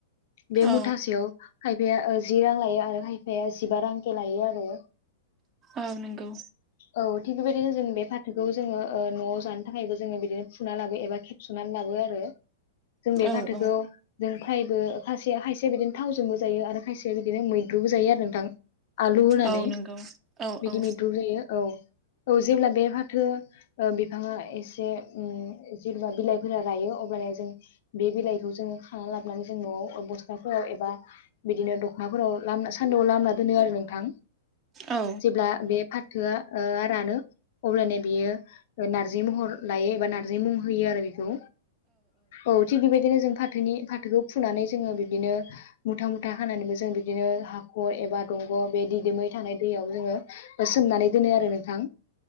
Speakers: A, on the left (about 60°); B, on the right (about 30°).
A: बे
B: औ
A: मुथा सेयाव खायफाया ओ जि रां लायो आरो खायफाया जिबा रां के लायो आरो
B: औ नंगौ
A: औ थिग बेबायदिनो जों बे फाथोखौ जोङो ओ न'आव जानो थाखायबो जोङो बिदिनो फुना लाबो एबा खेबस'नानै लाबो यो आरो जों बे
B: औ
A: फाथोखौ
B: औ
A: जोंफ्रायबो खायसेया खायसेया बिदिनो थावजोंबो जायो आरो खायसेया बिदिनो मैद्रुबो जायो आरो नोंथां आलु होनानै
B: औ नंगौ औ
A: बिदि
B: औ
A: मैदुबो जायो औ औ जेब्ला बे फाथो ओ बिफाङा एसे ओम जेब्ला बिलाइफोरा रायो अब्लानिया जों बे बिलाइखौ जोङो खाना लाबोनानै जों न'आव ओ बस्थाफोराव एबा बिदिनो दख'नाफोराव लामना सान्दुंआव लामना दोनो आरो नोंथां
B: औ
A: जेब्ला बे फाथोआ ओ रानो अब्लानिया बियो ओ नार्जि महर लायो एबा नार्जि मुं होयो आरो बे औ औ थिग बेबायदिनो जों फाथोनि फाथोखौ फुनानै जोङो बिदिनो मुथा मुथा खानानैबो जों बिदिनो हाखर एबा दंग' बे दिदोमै थानाय दै बेयाव जोङो ओ सोमनानै दोनो आरो नोंथां